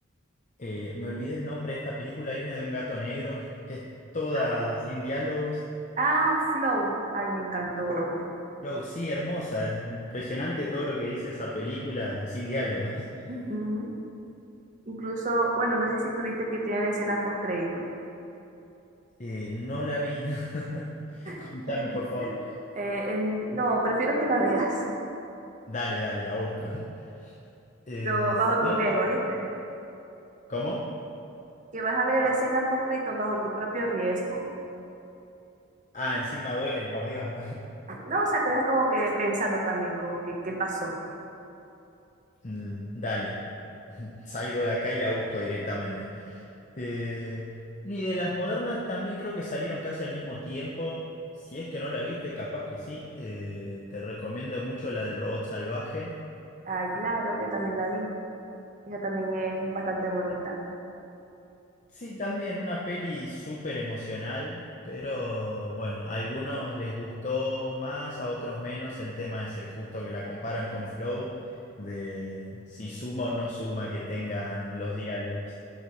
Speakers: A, on the left; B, on the right.
A: eh, me olvidé el nombre de esta película, hay una de un gato negro, que es toda
B: Ah,
A: sin diálogos.
B: ah, Flow. Ay, me encantó.
A: No, sí, hermosa, impresionante todo lo que dice esa película sin diálogos. <laughs>
B: Ujú. Incluso, bueno, no sé si tuviste que tienen escena post crédito.
A: Eh, no la vi. <laughs> Contame,
B: <laughs>
A: por favor.
B: Eh, en- no, prefiero que la veas,
A: Dale, dale, la busco. <laughs> Eh,
B: pero bajo
A: si
B: tu
A: no
B: riesgo,
A: te-
B: ¿viste?
A: ¿Cómo?
B: Que vas a ver la escena post crédito bajo tu propio riesgo.
A: Ah, encima duelen, por Dios. <laughs>
B: No, o sea, te deja como que pensando también, como que qué pasó.
A: Mm, Dale, <laughs> salgo de acá y la busco directamente. Eh, y de las modernas también creo que salieron casi al mismo tiempo. Si es que no la viste, capaz que sí. Eh, te recomiendo mucho la del robot salvaje.
B: Ay, claro, yo también la vi. Ella también es bastante bonita.
A: Sí, también una peli súper emocional, pero bueno, a algunos les gustó más, a otros menos el tema ese, justo que la comparan con Flow, de si suma o no suma que tengan los diálogos.